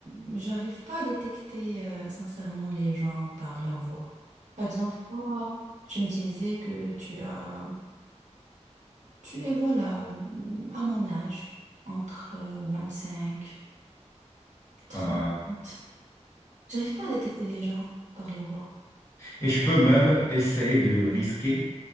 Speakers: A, on the right; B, on the left.
A: j'arrive pas à détecter, euh, sincèrement, les gens par leur voix. Par exemple, toi, je me disais que tu as Tu es, voilà, à mon âge, entre euh, 25, 30.
B: Ah.
A: J'arrive pas à détecter les gens par leur voix.
B: Et je peux même essayer de risquer